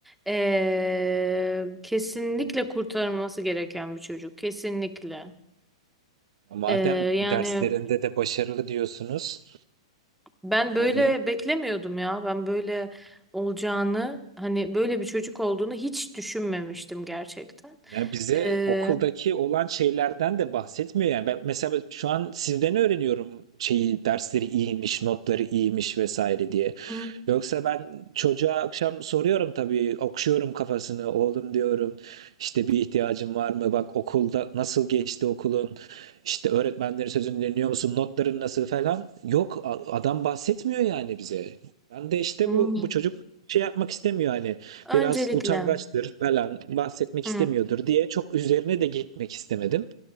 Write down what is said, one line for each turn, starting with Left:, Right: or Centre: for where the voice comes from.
Centre: eee, kesinlikle kurtarılması gereken bir çocuk kesinlikle
Right: Madem
Centre: Eee, yani
Right: derslerinde de başarılı diyorsunuz
Centre: ben
Right: yani
Centre: böyle beklemiyordum ya ben böyle olacağını hani böyle bir çocuk olduğunu hiç düşünmemiştim gerçekten
Right: Ya bize
Centre: Eee,
Right: okuldaki olan şeylerden de bahsetmiyor yani. Ben mesela şu an sizden öğreniyorum şeyi dersleri iyiymiş, notları iyiymiş vesaire diye.
Centre: hı,
Right: Yoksa ben çocuğa akşam soruyorum tabii, okşuyorum kafasını. Oğlum diyorum, işte bir ihtiyacın var mı? Bak okulda nasıl geçti okulun? İşte öğretmenlerin sözünü dinliyor musun? Notların nasıl falan? Yok, a- adam bahsetmiyor yani bize. Ben de işte
Centre: hı.
Right: bu bu çocuk şey yapmak istemiyor hani
Centre: öncelikle
Right: biraz utangaçtır falan bahsetmek
Centre: hı,
Right: istemiyordur diye çok üzerine de gitmek istemedim.